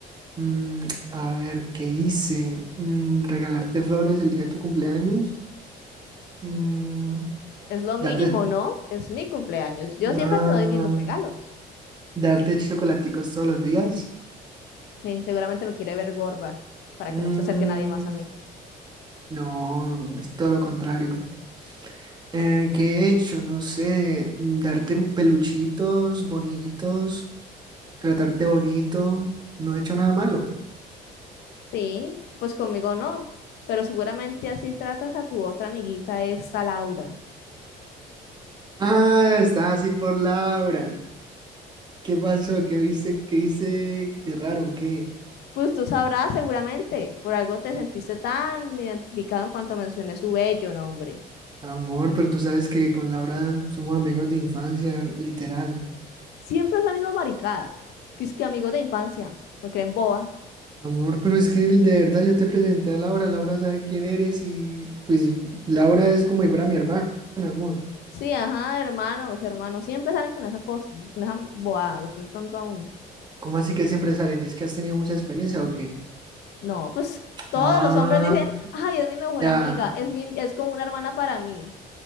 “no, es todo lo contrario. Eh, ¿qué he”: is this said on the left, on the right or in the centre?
Right